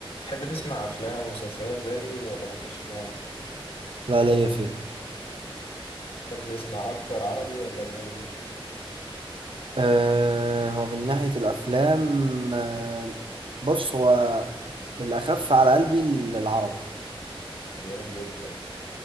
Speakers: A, on the left; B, on the right.
A: تحب تسمع أفلام ومسلسلات زيي ولا مالكش فيهم؟
B: لا ليا فيه
A: تحب تسمع أكتر عربي ولا أجنبي؟
B: أه هو من ناحية الأفلام أه بص هو الأخف على قلبي العربي
A: جميل جدا